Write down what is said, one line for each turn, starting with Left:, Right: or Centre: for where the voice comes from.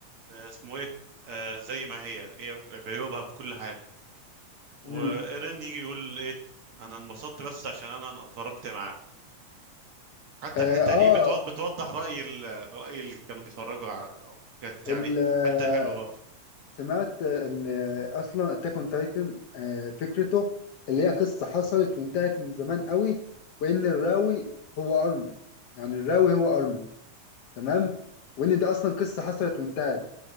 Right: آه، اسمه ايه آه، زي ما هي هي بعيوبها في كل حاجه وايرين
Left: مم.
Right: يجي يقول ايه انا انبسطت بس عشان انا اتفرجت معاكم حتى
Left: اه
Right: الحته
Left: آه،
Right: دي بتوضح بتوضح راي ال... راي اللي كانوا بيتفرجوا ع- كانت يعني
Left: ال- آه،
Right: حته حلوه برضه
Left: سمعت آه، ان آه، اصلا اتاك اون تايتن فكرته اللي هي قصه حصلت وانتهت من زمان قوي وان الراوي هو ارمن يعني الراوي هو ارمن تمام وان ده اصلا قصه حصلت وانتهت